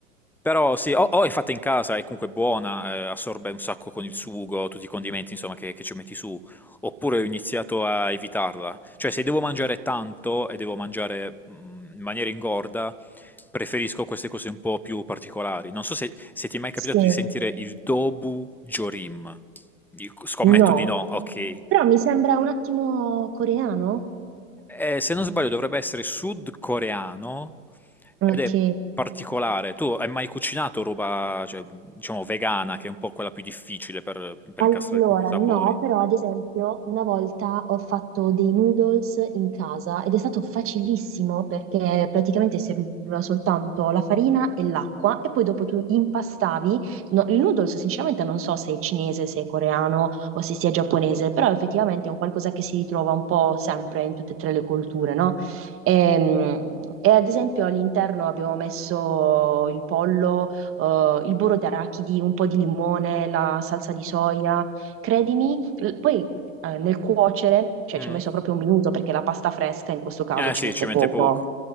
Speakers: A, in the centre; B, on the right.
A: Però sì, o, o è fatta in casa, è comunque buona, eh, assorbe un sacco con il sugo, tutti i condimenti, insomma, che, che ci metti su. Oppure ho iniziato a evitarla. Cioè, se devo mangiare tanto e devo mangiare mm, in maniera ingorda, Preferisco queste cose un po' più particolari. Non so se, se ti è mai capitato
B: Sì,
A: di sentire il Dobu Jorim. Io scommetto
B: no,
A: di no, ok.
B: però mi sembra un attimo coreano.
A: Eh, se non sbaglio dovrebbe essere sudcoreano
B: Ok,
A: ed è particolare. Tu hai mai cucinato roba, cioè, diciamo, vegana, che è un po' quella più difficile per, per
B: Allora,
A: incastrare comunque i sapori?
B: no, però ad esempio una volta ho fatto dei noodles in casa ed è stato facilissimo perché praticamente serviva soltanto la farina e l'acqua e poi dopo tu impastavi. No, il noodles sinceramente non so se è cinese, se è coreano o se sia giapponese, però effettivamente è un qualcosa che si ritrova un po' sempre in tutte e tre le culture, no? Ehm, E, ad esempio all'interno abbiamo messo il pollo eh, il burro d'arachidi, un po' di limone, la salsa di soia. Credimi, l- poi eh, nel cuocere, cioè
A: Mm.
B: ci ha messo proprio un minuto perché la pasta fresca in questo caso
A: Eh
B: ci
A: sì,
B: mette
A: ci mette
B: poco.
A: poco.